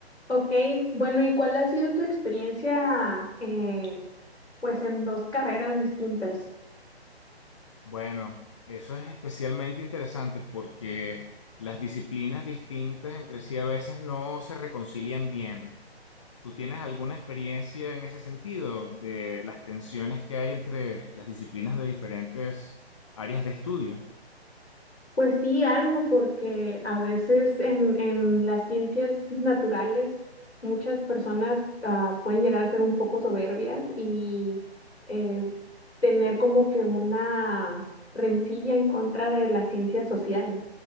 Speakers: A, on the left; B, on the left.
A: Ok, bueno, ¿y cuál ha sido tu experiencia, eh, pues, en dos carreras distintas?
B: Bueno, eso es especialmente interesante porque las disciplinas distintas entre sí a veces no se reconcilian bien. ¿Tú tienes alguna experiencia en ese sentido de las tensiones que hay entre las disciplinas de diferentes áreas de estudio?
A: Pues sí, algo, porque a veces en, en las ciencias naturales muchas personas ah, pueden llegar a ser un poco soberbias y eh, tener como que una rencilla en contra de las ciencias sociales.